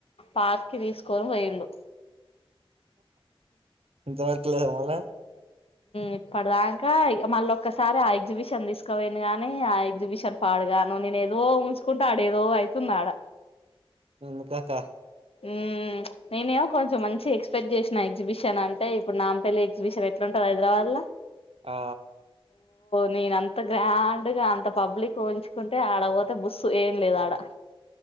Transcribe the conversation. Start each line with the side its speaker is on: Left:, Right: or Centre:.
Left: పార్కి తీస్కొని పోయిండు
Right: దొరకలేదు మళ్ళ
Left: ఇప్పడు దాకా ఇగ మళ్ళ ఒక్కసారి ఆ ఎగ్జిబిషన్ తీస్కపోయిండు గాని ఆ ఎగ్జిబిషన్ పా డుగాను నేను ఏదో ఊహించికుంటె ఆడ ఏదో అయితుంది ఆడ
Right: ఎందుకాక
Left: ఉమ్ నేనేమో కొంచెం మంచి ఎక్స్పెక్ట్ చేసినా ఎగ్జిబిషన్ అంటే ఇప్పుడు నాంపల్లి ఎగ్జిబిషన్ ఎట్ల ఉంటది హైదరాబాద్ల
Right: ఆ
Left: నేన అంత గ్రాండ్గా అంత పబ్లిక్ ఉహించుకుంటే ఆడ పోతే బుస్సు ఏం లేదు ఆడ